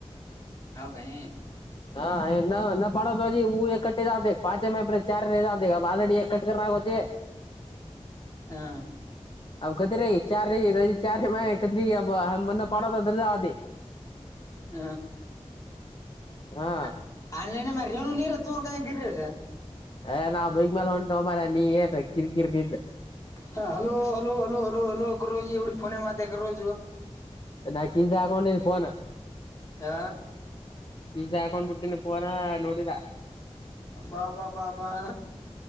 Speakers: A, on the left (about 30°); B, on the left (about 45°).
A: ಹೋಗಯ
B: <unintelligible> ಜೆ
A: ಹ್ಞಾ.
B: <unintelligible>
A: ಹ
B: ಹಾ
A: ಹ ಆನ್ಲೈನೆ ಮಾಡ ರನು ನೀರತು ಕಾಯ ಗಿರಿರು
B: ಏ ನಾವ್ ಬೈಗ ಮೇಾಲ ಹೊಂಟ ಮಾರ ನೀ ಏನ್ ಕಿರಿಕಿರ್ ನಿಂದ್
A: ಹಾ hello hello hello hello hello ಕ ರೋಜ ಎವಿಫೋನ ಮಾಡತ ಕ ರೋಜ
B: ನಾ ಕಿಸಿದಕೊಂಡನ ಪೋನಾ
A: ಆ
B: ಇಜ ಹಾಕೊಂಡ್ ಬಿಟ್ಟನ ಪೋನಾ ನೋಡಿದ
A: ಬಾಬಾ ಬಾಬಾ